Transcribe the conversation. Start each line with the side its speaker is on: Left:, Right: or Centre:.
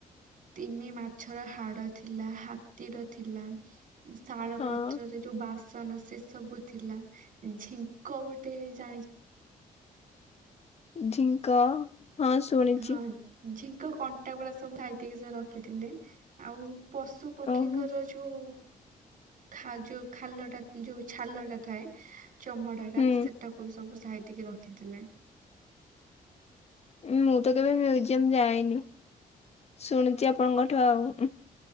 Right: ତିମି ମାଛର ହାଡ ଥିଲା ହାତୀର ଥିଲାଁ ଇସ୍ ଶାଳ
Left: ହଁ
Right: ପତ୍ରରେ ଯୋଉ ବାସ୍ ସନ ସେ ସବୁ ଥିଲା ଝିଙ୍କ ଗୋଟେ ଜାଣିଚ୍
Left: ଝିଙ୍କ ହଁ ଶୁଣିଛି
Right: ହଁ ଝିଙ୍କ କଣ୍ଟା ଗୁଡା ସବୁ ସାଇତିକି ସେ ରଖିଥିଲେ ଆଉ ପଶୁ ପକ୍ଷୀଙ୍କର
Left: ଓହୋ
Right: ଜୁ ଖା ଯୋ ଖାଲ ଟା ଯୋଉ ଛାଲ ଡା ଥାଏ ଚମଡ଼ାଡା
Left: ହୁଁ।
Right: ସେଟାକୁ ବି ସବୁ ସାଇତିକି ରଖିଥିଲେଁ
Left: ମୁଁ ତ କେବେ ମ୍ୟୁଜିୟମ୍ ଯାଇନି ଶୁଣୁଚି ଆପଣଙ୍କଠୁ ଆଉ